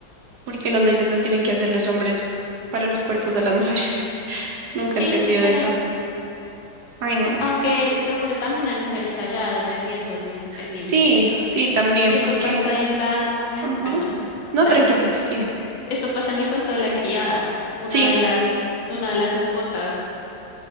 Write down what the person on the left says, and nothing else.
Sí,
literal.
Aunque seguro también hay mujeres allá defendiendo lo indefendible.
Eso
pasa en la... Ay,
perdón. <laughs>
Dale.
Eso pasa en el cuento de la criada. Una
de las, una de las esposas,